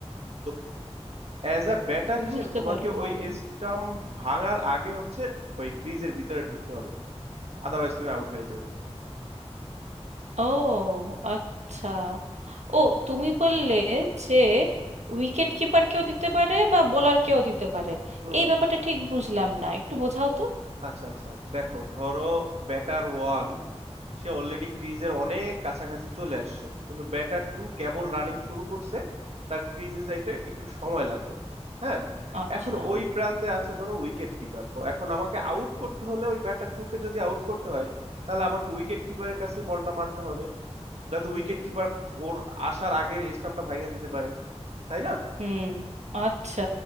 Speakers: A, on the right; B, on the right.
A: তো অ্যাজ আ ব্যাটার হিসেবে
B: বুঝতে
A: তোমাকে
B: পারলাম
A: ওই স্টাম্প ভাঙার আগে হচ্ছে ওই ক্রিজের ভিতরে ঢুকতে হবে আদারওয়াইজ তুমি আউট হয়ে যাবে
B: ও আচ্ছা ও তুমি বললে যে উইকেট কিপার কেউ দিতে পারে বা বোলার কেউ দিতে পারে
A: হুম
B: এই
A: হুম
B: ব্যাপারটা
A: হুম
B: ঠিক বুঝলাম না একটু বোঝাও তো
A: আচ্ছা আচ্ছা দেখো ধরো ব্যাটার ওয়ান সে অলরেডি ক্রিজের অনেক কাছাকাছি চলে আসছে কিন্তু ব্যাটার টু কেবল রানিং শুরু করছে তার ক্রিজে যাইতে একটু সময় লাগবে হ্যাঁ
B: আচ্ছা
A: এখন ওই প্রান্তে আছে ধরো উইকেট কিপার তো এখন আমাকে আউট করতে হলে ওই ব্যাটার টুকে যদি আউট করতে হয় তাহলে আমাকে উইকেট কিপারের কাছে বলটা মারতে হবে যাতে উইকেট কিপার ওর আসার আগে স্টাম্পটা ভাঙিয়ে দিতে পারে তাই না
B: হুম আচ্ছা